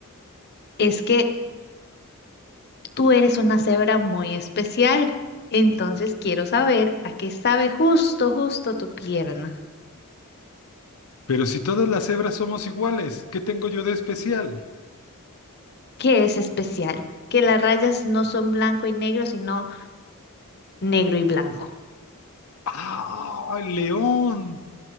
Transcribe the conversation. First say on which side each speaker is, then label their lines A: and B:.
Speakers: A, on the left (about 50°); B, on the left (about 85°).
A: Es que tú eres una cebra muy especial, entonces quiero saber a qué sabe justo, justo tu pierna,
B: Pero si todas las hebras somos iguales, ¿qué tengo yo de especial?
A: que es especial, que las rayas no son blanco y negro, sino negro y blanco.
B: ¡Ah, León!